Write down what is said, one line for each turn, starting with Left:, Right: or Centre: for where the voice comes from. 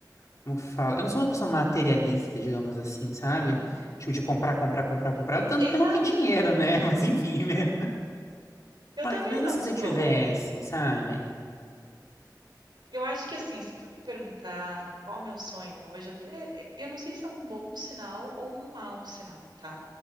Left: como que fala? Eu não sou uma pessoa materialista, digamos assim, sabe?
Right: Uhum.
Left: Tipo, de comprar, comprar, comprar, comprar,
Right: E-
Left: tanto
Right: Exato.
Left: que eu não tenho dinheiro, né? <laughs> Mas enfim, né?
Right: Eu
Left: Mas
Right: também
Left: mesmo
Right: não
Left: assim, se eu tivesse,
Right: sou.
Left: sabe?
Right: Eu acho que assim, se tu me perguntar qual é o meu sonho hoje, até eh, eu não sei se é um bom sinal ou um mau sinal, tá?